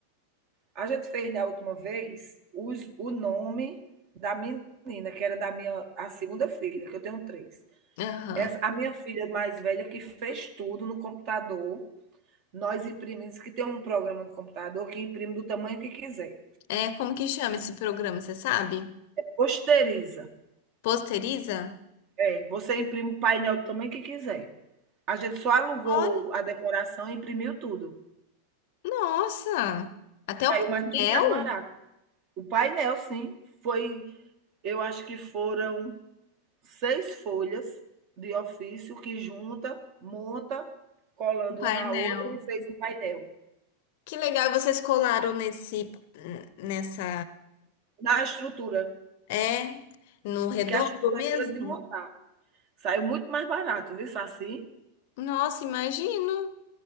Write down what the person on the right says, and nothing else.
A gente fez da última vez os, o nome da menina, que era da minha, a segunda filha, que eu tenho três.
Essa, a minha filha mais velha que fez tudo no computador. Nós imprimimos, que tem um programa no computador que imprime do tamanho que quiser.
Posteriza.
É, você imprime o painel do tamanho que quiser. A gente só alugou
a decoração e imprimiu tudo.
Saiu
mais tudo mais barato. O painel, sim, foi, eu acho que foram seis folhas de ofício que junta, monta, colando
uma na outra e fez um painel.
Na estrutura,
que é a estrutura
é de montar. Saiu muito mais barato, viu, Saci?